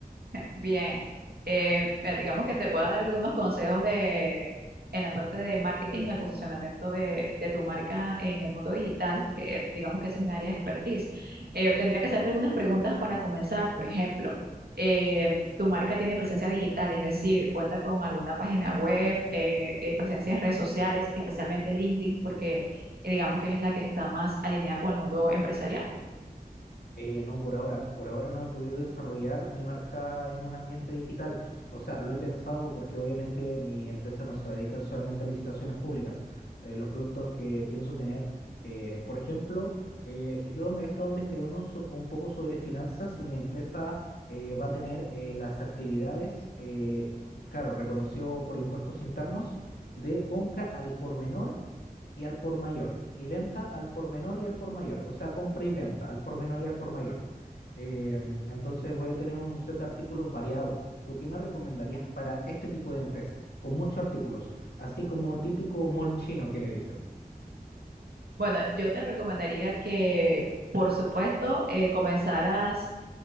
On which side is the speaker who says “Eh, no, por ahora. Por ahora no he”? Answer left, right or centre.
Left